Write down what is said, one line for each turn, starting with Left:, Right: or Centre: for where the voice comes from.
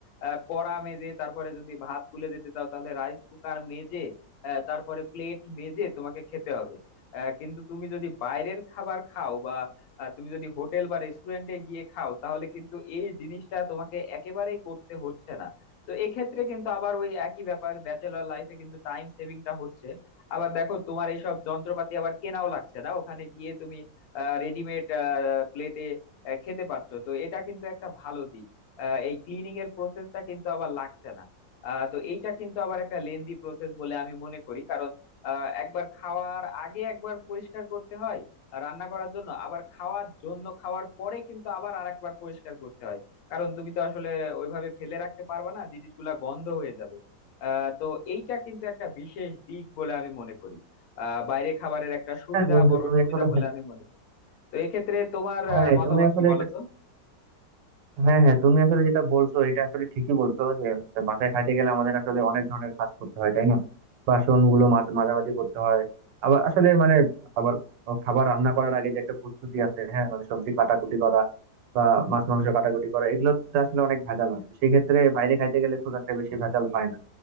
Left: আহ, কড়া মেজে তারপরে যদি ভাত তুলে যেতে চাও তাহলে রাইস কুকার মেজে আহ, তারপরে প্লেট মেজে তোমাকে খেতে হবে আহ, কিন্তু তুমি যদি বাইরের খাবার খাও বা আহ, তুমি যদি হোটেল বা রেস্টুরেন্টে গিয়ে খাও তাহলে কিন্তু এই জিনিসটা তোমাকে একেবারেই করতে হচ্ছে না তো এক্ষেত্রে কিন্তু আবার ওই একই ব্যাপার ব্যাচেলর লাইফে কিন্তু টাইম সেভিংটা হচ্ছে আবার দেখো তোমার এইসব যন্ত্রপাতি আবার কেনাও লাগছে না ওখানে গিয়ে তুমি রেডিমেড প্লেটে খেতে পারছো তো এটা কিন্তু একটা ভালো দিক আহ, এই ক্লিনিং এর প্রসেসটা কিন্তু আবার লাগছে না আহ, তো এইটা কিন্তু আবার একটা লেন্দি প্রসেস বলে আমি মনে করি কারণ আহ একবার খাওয়ার আগে একবার পরিষ্কার করতে হয় রান্না করার জন্য আবার খাওয়ার জন্য খাওয়ার পরে কিন্তু আবার আরেকবার পরিষ্কার করতে হয় কারণ তুমি তো আসলে ওইভাবে ফেলে রাখতে পারবে না জিনিসগুলা গন্ধ হয়ে যাবে আহ তো এইটা কিন্তু একটা বিশেষ দিক বলে আমি মনে করি আহ বাইরে খাবারের একটা সুবিধা
Right: হ্যাঁ বন্ধু
Left: বড়
Right: তুমি
Left: সুবিধা
Right: আসলে
Left: বলে
Right: হ্যাঁ
Left: আমি মনে করি তো এক্ষেত্রে তোমার
Right: হ্যাঁ,
Left: আহ, মতামত
Right: তুমি আসলে
Left: কি বলো
Right: এটা
Left: তো
Right: হ্যাঁ হ্যাঁ তুমি আসলে যেটা বলছো এটা আসলে ঠিকই বলছো যে হচ্ছে বাসায় খাইতে গেলে আমাদের আসলে অনেক ধরনের কাজ করতে হয় তাই না বাসন গুলো মাঝ- মাঝামাঝি করতে হয় আবার আসলে মানে আবার খাবার রান্না করার আগে যে একটা প্রস্তুতি আছে হ্যাঁ মানে সবজি কাটাকুটি করা বা মাছ মাংস কাটাকুটি করা এগুলোতে আসলে অনেক ভেজাল হয় তো সেই ক্ষেত্রে বাইরে খাইতে গেলে খুব একটা বেশি ভেজাল হয় না